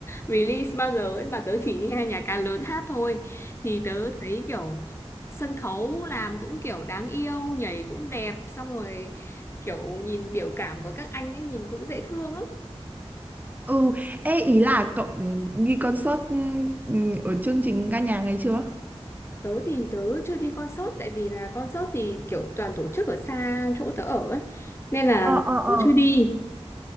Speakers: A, on the left; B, on the right.
A: release bao giờ ấy mà tớ chỉ nghe nhà ca lớn hát thôi thì tớ thấy kiểu sân khấu làm cũng kiểu đáng yêu nhảy cũng đẹp xong rồi kiểu nhìn biểu cảm của các anh ấy nhìn cũng dễ thương lắm
B: Ừ, ê ý là cậu đi concert ừ, ở chương trình ca nhạc này chưa?
A: Tớ thì tớ chưa đi concert tại vì là concert thì kiểu toàn tổ chức ở xa chỗ tớ ở ấy nên là
B: Ờ ờ ờ.
A: tớ chưa đi.